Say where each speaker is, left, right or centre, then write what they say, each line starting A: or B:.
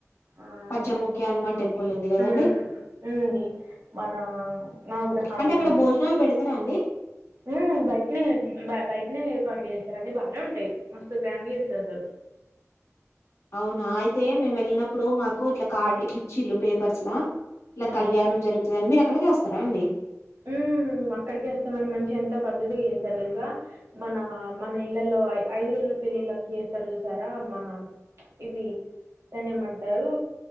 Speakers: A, on the right; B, on the left.
A: ఆహ్
B: పంచముఖ్య హనుమాన్ టెంపుల్ ఉంది కదండి
A: ఆమ్ ఉంది మన నవగ్రహాలదుంది
B: అంటే అక్కడ భోజనాలు పెడతారా అండి
A: హు బయటనే బయటనే చే పాట్లు చేస్తారు అన్ని బాగానే ఉంటాయి మస్తు గ్రాండ్ గా చేస్తారు అసలు
B: అవునా అయితే మేము వెళ్ళినప్పుడు మాకు ఇట్లా కార్డ్ ఇట్ల ఇచ్చిళ్ళు పేపర్స్ లా ఇలా
A: హ్మ్.
B: కళ్యాణం జరుగుతుందని మీరు అక్కడికే వస్తారా అండి
A: ఉహు హు అక్కడికే వస్తమండి మంచిగ ఎంత పద్దతిగా చేస్తరు తెలుసా మన మన ఇళ్లలో ఐదు రోజులు పెళ్లిలకి చేస్తారు చూసారా అ మనా ఇది దాన్ని ఏమంటారు